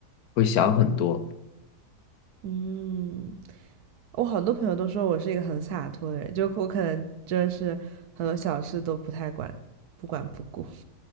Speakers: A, on the left (about 75°); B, on the right (about 75°).
A: 会想很多。
B: 嗯。我好多朋友都说我是一个很洒脱的人，就我可能真的是很多小事都不太管，不管不顾。